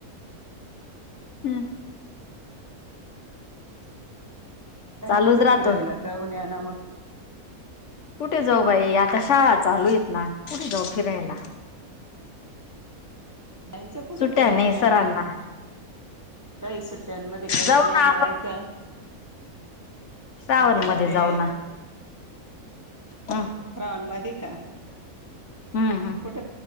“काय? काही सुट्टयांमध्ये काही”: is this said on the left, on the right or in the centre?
Right